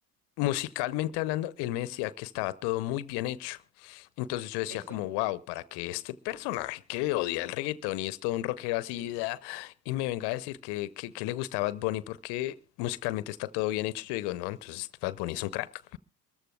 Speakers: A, on the left; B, on the right.
A: musicalmente hablando, él me decía que estaba todo muy bien hecho. Entonces yo decía
B: <laughs> Eso,
A: como, wow, para que este personaje que odia el reggaetón y es todo un rockero así,
B: sí.
A: da, y me venga a decir que, que, que le gustaba Bad Bunny porque musicalmente está todo bien hecho, yo digo, no, entonces Bad Bunny es un crack.